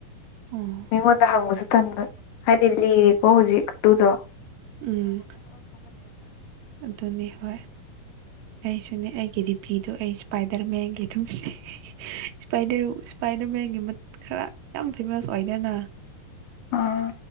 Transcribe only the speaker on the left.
ꯃꯤꯉꯣꯟꯗ ꯍꯪꯕꯁꯨ ꯇꯟꯕꯗꯣ ꯍꯥꯏꯗꯤ ꯂꯤꯔꯦꯀꯣ ꯍꯧꯖꯤꯛꯇꯨꯗꯣ
ꯎꯝ